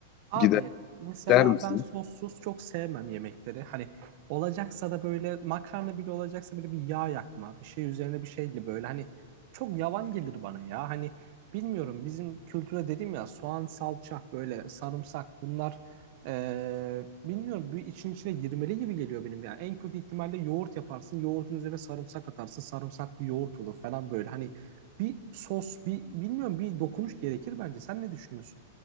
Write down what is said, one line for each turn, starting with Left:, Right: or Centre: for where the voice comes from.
Right: Abi
Left: gider
Right: mesela
Left: der misin?
Right: ben sossuz çok sevmem yemekleri. Hani olacaksa da böyle makarna bile olacaksa böyle bir yağ yakma, bir şey üzerine bir şeyle böyle hani çok yavan gelir bana ya. Hani bilmiyorum bizim kültüre dedim ya soğan, salça, böyle sarımsak bunlar eee, bilmiyorum bir için içine girmeli gibi geliyor benim yani. En kötü ihtimalle yoğurt yaparsın, yoğurdun üzerine sarımsak atarsın, sarımsaklı yoğurt olur falan böyle. Hani bir sos, bir bilmiyorum bir dokunuş gerekir bence. Sen ne düşünüyorsun?